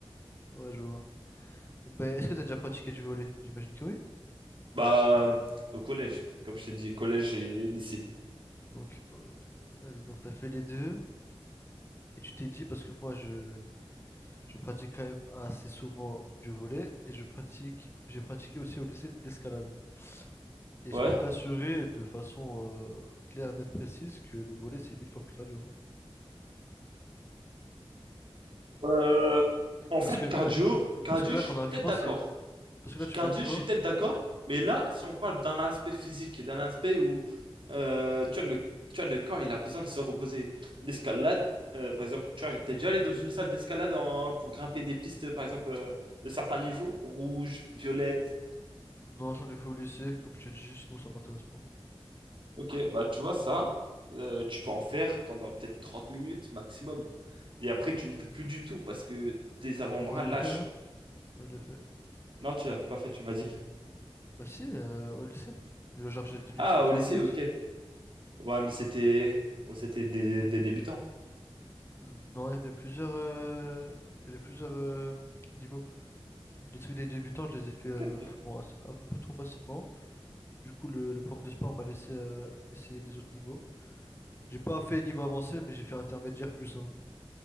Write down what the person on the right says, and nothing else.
Bah, au collège, comme je t'ai dit, collège et lycée.
Ouais.
Euh, en fait,
cardio, cardio,
je
suis
peut-être d'accord.
Je-
Cardio,
je suis peut-être d'accord. Mais là, si on parle d'un aspect physique, d'un aspect où euh, tu vois, le, tu vois, le corps, il a besoin de se reposer. L'escalade, euh, par exemple, tu vois, t'es déjà allé dans une salle d'escalade en- pour grimper des pistes, par exemple, euh, de certains niveaux, rouge, violette.
Ok, bah tu vois ça, euh, tu peux en faire pendant peut-être 30 minutes maximum. Et après, tu ne peux plus du tout parce que tes avant-bras
lâchent.
Non, tu l'as pas fait, tu m'as dit.
Ah,
au
lycée,
ok. Ouais, mais c'était ouais, c'était des, des débutants.
Ok,
ok.